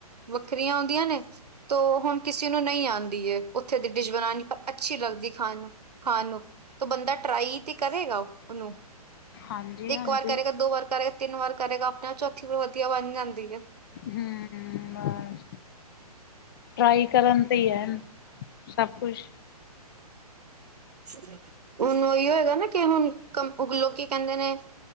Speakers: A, on the right; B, on the left.
A: ਵੱਖਰੀਆਂ ਹੁੰਦੀਆਂ ਨੇ। ਤੋ ਹੁਣ ਕਿਸੇ ਨੂੰ ਨਹੀਂ ਆਉਂਦੀਏ, ਉੱਥੇ ਦੀ ਡਿਸ਼ ਬਣਾਉਣੀ ਪਰ ਅੱਛੀ ਲੱਗਦੀ ਖਾਣ ਨੂੰ ਖਾਨ ਨੂੰ ਤ ਬੰਦਾ ਟਰਾਈ ਤੇ ਕਰੇਗਾ ਉਹਨੂੰ,
B: ਹਾਂਜੀ ਹਾਂਜੀ
A: ਇੱਕ ਵਾਰ ਕਰੇਗਾ ਦੋ ਵਾਰ ਕਰੇਗਾ ਤਿੰਨ ਵਾਰ ਕਰੇਗਾ ਆਪਣੇ ਆਪ ਚੌਥੀ ਵਾਰ ਵਧੀਆ ਬਣ ਜਾਂਦੀ ਹੈ।
B: ਹੂ ਹੂ ਬਸ ਟਰਾਈ ਕਰਨ ਤੇ ਹੀ ਐ ਸਭ ਕੁਛ
A: ਹੁਣ ਉਹੀਓ ਹੈਗਾ ਨਾ ਕਿ ਹੁਣ ਕੰਮ ਲੋਕੀ ਕਹਿੰਦੇ ਨੇ